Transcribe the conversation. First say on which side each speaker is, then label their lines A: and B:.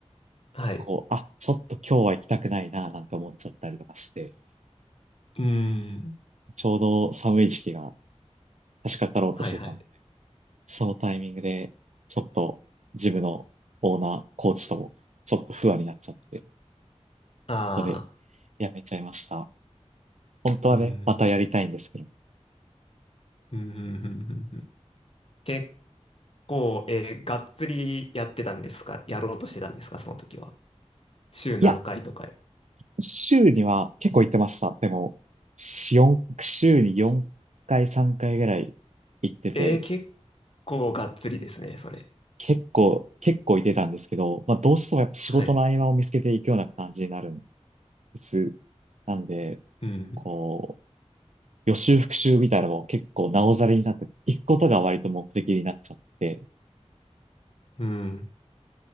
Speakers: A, on the left; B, on the right.
A: はい。
B: こう、あ、ちょっと今日は行きたくないな、なんて思っちゃったりとかして、
A: うーん。
B: ちょうど寒い時期が差し掛かろうとしてたので、
A: はいはい。
B: そのタイミングで、ちょっとジムのオーナー、コーチとも、ちょっと不安になっちゃって、
A: ああ。
B: そこでやめちゃいました。本当はね、
A: うーん。
B: またやりたいんですけど、
A: うん、うん、うん、うんうん結構、えーがっつりやってたんですかやろうとしてたんですかその時は。週何回とか。
B: いや、週には結構行ってました。でも、四週に4回、3回ぐらい行ってて、
A: えー結構がっつりですね、それ。
B: 結構、結構行ってたんですけど、まあどうしてもやっぱ仕事の合間を見つけていくような感じになるん
A: はい。
B: です。なんで、
A: うん。
B: こう、予習復習みたいなのも結構なおざりになって、行くことが割と目的になっちゃって、
A: うん。